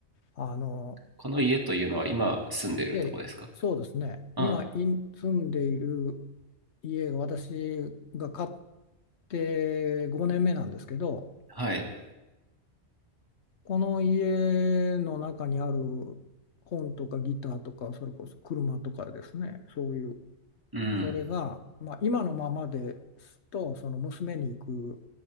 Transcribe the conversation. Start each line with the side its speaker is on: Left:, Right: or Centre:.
Left: あの
Right: この家というのは今住んでいるとこですか
Left: で、そうですね、
Right: あ、
Left: 今い住んでいる家が私が買って5年目なんですけど、
Right: はい。
Left: この家の中にある本とかギターとか、それこそ車とかですね、そういう、
Right: うん。
Left: それが、まあ、今のままですと、その娘に行く、